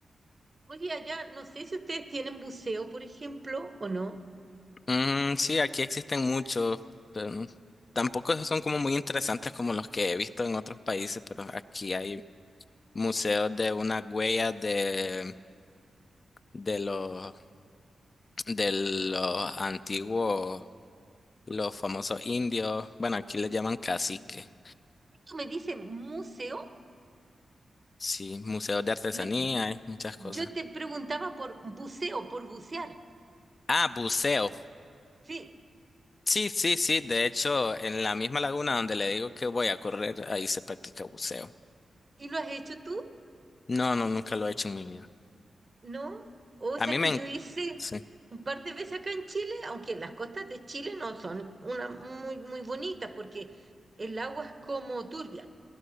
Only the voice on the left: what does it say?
Mm, sí, aquí existen muchos, pero no- tampoco esos son como muy interesantes como los que he visto en otros países, pero aquí hay museos de unas huellas de, de los de los antiguos, los famosos indios, bueno, aquí les llaman cacique,
sí, museos de artesanía,
eh, muchas
cosas.
Ah, buceo.
Sí, sí, sí, de hecho, en la misma laguna donde le digo que voy a correr, ahí se practica buceo.
No, no, nunca lo he hecho en mi vida.
A
mí
me...
en-
Sí,